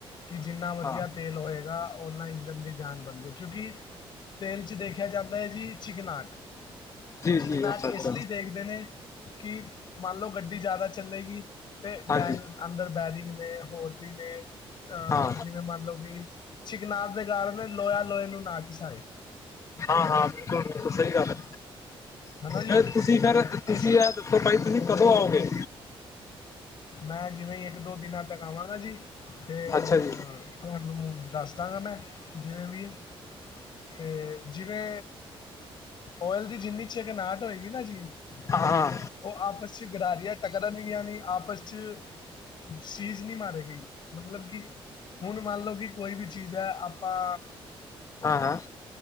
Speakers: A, on the left (about 50°); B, on the left (about 30°).
A: ਕਿ ਜਿੰਨਾ ਵਧੀਆ
B: ਹਾਂ
A: ਤੇਲ ਹੋਏਗਾ, ਓਨਾਂ ਇੰਜਣ ਦੀ ਜਾਨ ਬਣਦੀ। ਕਿਉਂਕਿ ਤੇਲ ਚ ਦੇਖਿਆ ਜਾਂਦਾ ਐ ਜੀ ਚਿਕਨਾਟ।
B: ਜੀ
A: ਚਿਗਨਾਟ
B: ਜੀ ਅੱਛਾ ਅੱਛਾ
A: ਇਸ ਲਈ ਦੇਖਦੇ ਨੇ ਕਿ ਮੰਨ ਲਓ ਗੱਡੀ ਜ਼ਿਆਦਾ ਚੱਲੇਗੀ ਤੇ
B: ਹਾਂਜੀ
A: ਬੈਲ ਅੰਦਰ ਬੈਰਿੰਗ ਨੇ, ਹੋਰ ਵੀ ਨੇ
B: ਹਾਂ
A: ਜਿਵੇਂ ਮੰਨ ਲਓ ਕਿ ਚਿਕਨਾਟ ਦੇ ਕਾਰਨ ਲੋਆ ਲੋਹੇ ਨੂੰ ਨਾ ਘਿਛਾਏ।
B: ਹਾਂ, ਹਾਂ ਬਿਲਕੁਲ ਬਿਲਕੁਲ ਸਹੀ ਗੱਲ
A: ਹਨਾ ਜੀ
B: ਐ, ਤੁਸੀਂ ਫਿਰ
A: ਤੇ
B: ਤੁਸੀਂ
A: ਇਸ ਲਈ
B: ਇਹ ਫਿਰ ਭਾਈ ਤੁਸੀਂ ਕਦੋਂ ਆਓਗੇ?
A: ਮੈਂ ਜਿਵੇਂ ਈ ਇੱਕ-ਦੋ ਦਿਨਾਂ ਤੱਕ ਆਵਾਂਗਾ ਜੀ ਫਿਰ
B: ਅੱਛਾ ਜੀ
A: ਤੁਹਾਨੂੰ ਦੱਸਦਾਂਗਾ ਮੈਂ, ਜਿਵੇਂ ਵੀ ਏ ਤੇ ਜਿਵੇਂ ਓਇਲ ਦੀ ਜਿੰਨੀ ਚਿਕਨਾਟ ਹੋਏਗੀ ਨਾ ਜੀ
B: ਹਾਂ ਹਾਂ
A: ਉਹ ਆਪਸ ਚ ਗਰਾਰੀਆਂ ਟਕਰਨਗੀਆਂ ਨੀ ਆਪਸ ਚ ਸ਼ੀਜ਼ ਨ੍ਹੀਂ ਮਾਰੇਗੀ। ਮਤਲਬ ਕਿ ਹੁਣ ਮੰਨ ਲਓ ਕਿ ਕੋਈ ਵੀ ਚੀਜ਼ ਐ ਆਪਾਂ
B: ਹਾਂ, ਹਾਂ।